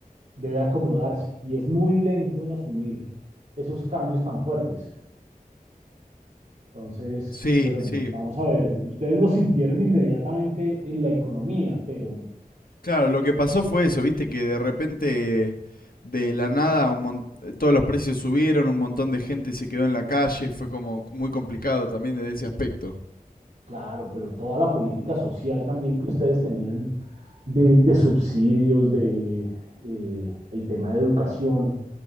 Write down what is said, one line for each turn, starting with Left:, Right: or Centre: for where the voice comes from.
Right: debe acomodarse y es muy lento en asumir esos cambios tan fuertes. Entonces,
Left: Sí,
Right: bueno,
Left: sí.
Right: vamos a ver, ustedes lo sintieron inmediatamente en la economía, pero
Left: Claro, lo que pasó fue eso, viste, que de repente, de la nada, un mon- todos los precios subieron, un montón de gente se quedó en la calle, fue como muy complicado también desde ese aspecto.
Right: claro, pero toda la política social también que ustedes tenían de, de subsidios, de eh, el tema de educación